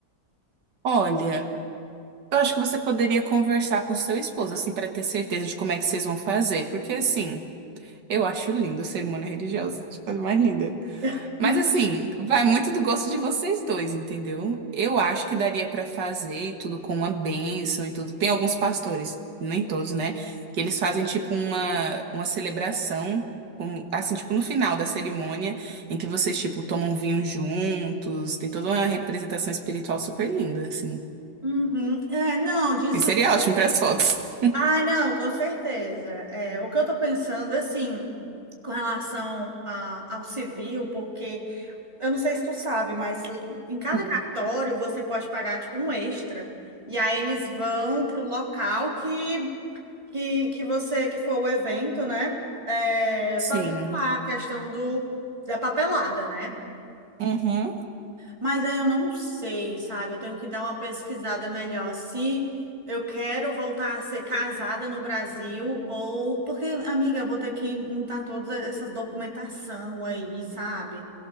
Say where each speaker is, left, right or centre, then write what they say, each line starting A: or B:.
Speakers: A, on the right; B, on the right.
A: Olha, eu acho que você poderia conversar com seu esposo, assim, para ter certeza de como é que vocês vão fazer. Porque, assim, eu acho lindo cerimônia religiosa, tipo, a coisa mais linda.
B: <laughs>
A: Mas assim, vai muito do gosto de vocês dois, entendeu? Eu acho que daria pra fazer e tudo com uma bênção e tudo. Tem alguns pastores, nem todos, né? Que eles fazem tipo uma, uma celebração, como- assim, tipo no final da cerimônia, em que vocês, tipo, tomam vinho juntos. Tem toda uma representação espiritual super linda, assim.
B: Uhum. É, não, disso.
A: E seria ótimo para as fotos.
B: Ah, não, com certeza. É, o que eu estou pensando, assim, com relação a- ao civil, porque eu não sei se tu sabe, mas l- em cada
A: Hum.
B: cartório você pode pagar, tipo, um extra. E aí eles vão para o local que, que, que você, que for o evento, né? É,
A: Sim.
B: fazer lá a questão do, da papelada, né?
A: Uhum.
B: Mas aí eu não sei, sabe? Eu tenho que dar uma pesquisada melhor se eu quero voltar a ser casada no Brasil ou porque, amiga, eu vou ter que mudar todas essas documentação aí, sabe?